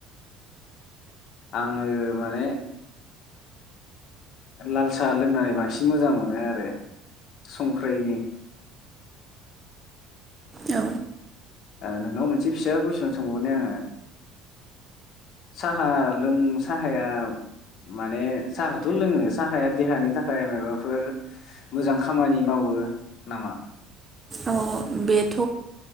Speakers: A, on the left (about 40°); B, on the right (about 15°).
A: आङो माने लाल साहा लोंनानै बांसिन मोजां मोनो आरो संख्रैनि।
B: औ
A: ओ नोंनाव मोनसे फिसा कुइसन सोंबावनि आङो। साहा लों साहाया माने साहाखौथ लोङो साहाया देहानि थाखाय माबाफोर मोजां खामानि मावो नामा?
B: अ बेथ